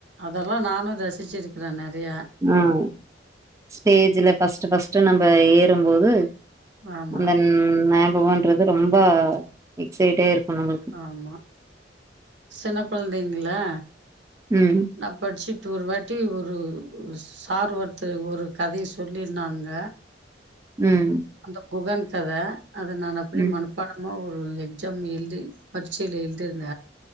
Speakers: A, on the right; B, on the right.
A: அதெல்லா நானு ரசிச்சிருக்குற நெறயா
B: ம் ஸ்டேஜ்ல ஃபர்ஸ்ட் ஃபர்ஸ்ட் நம்ம ஏறு போது
A: ஆமா
B: அந்த ஞாபகன்றது ரொம்ப எக்சைட்டா இருக்கு நமக்கு
A: ஆமா சின்ன கொழந்தைங்களா
B: ம்
A: நா படிச்சிட்டு ஒரு வாட்டி ஒருஸ் சார் ஒருத்தர் ஒரு கதய சொல்லிருந்தாங்க
B: ம்
A: அந்த குகன் கத அத நா அப்டியே
B: ம்
A: மனப் பாடமாக ஒரு எக்ஸாம் எழுதி பரீட்சைல எழுதிருந்த